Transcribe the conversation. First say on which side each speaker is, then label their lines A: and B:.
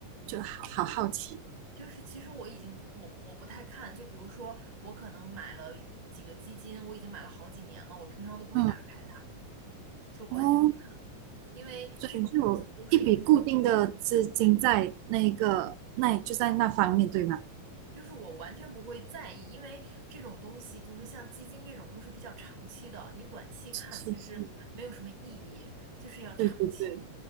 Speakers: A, on the right (about 80°); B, on the right (about 30°).
A: 就好好好奇。
B: 就是其实我已经不我我不太看，就比如说我可能买了几个基金，我已经买了好几年了，我平常都不会打开，
A: 嗯，
B: 就完全。
A: 哦，
B: 不看，因为这种东西都是一个
A: 所以就有一笔固定的资金在那个那就在那方面，对吗？
B: 就是我完全不会在意，因为这种东西就是像基金这种都是比较长期的，你短期看其实没有什么意义，
A: 是是是，
B: 就是要长期，
A: 对对对，